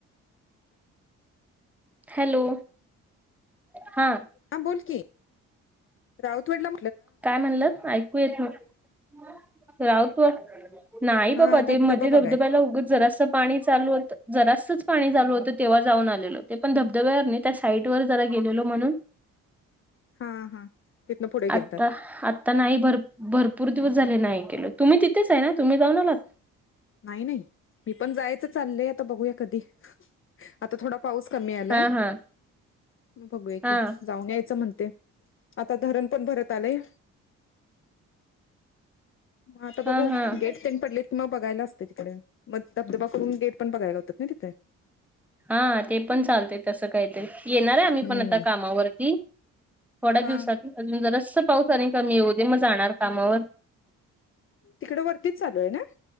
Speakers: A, in the centre; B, on the left.
A: हॅलो! हा.
B: हा बोलकी रावत वडला
A: काय म्हणलात ऐकू येत नव्हतं? रावतवड नाही बाबा
B: हा
A: ते
B: धबधबा
A: मध्ये धबधब्याला
B: बघाय
A: उग जरास पाणी चालू होत जरासच पाणी चालू होतं तेव्हा जाऊन आलेलो ते पण धबधब्यावर नाही त्या साईट वर जरा गेलेलो म्हणून.
B: हा हा. तिथन पुढे गेल
A: आ आता नाही भर भरपूर दिवस झाले नाही गेलो, तुम्ही तिथेचय ना तुम्ही जाऊन आलात?
B: नाही नाही मी पण जायचं चाललंय आता बघूया कधी आता थोडा पाऊस कमी यालाय,
A: हा हा
B: बघूया
A: हा
B: की जाऊन यायचं म्हणतेय. आता धरण पण भरत आलय. मग आता
A: हा
B: बघू
A: हा
B: गेट तेनं पडलेत. मग बघायला असते तिकडे मग धबधबा करून गेट पण बघाय जातोत ना तिथे?
A: हा ते पण चालतय तस काहीतरी येणार आहे आम्ही
B: हम्म
A: पण आता कामावरती. थोड्या
B: हा
A: दिवसात अजून जरास पाऊस आणि कमी येऊ दे मग जाणार कामावर.
B: तिकड वरतीच चालूय ना?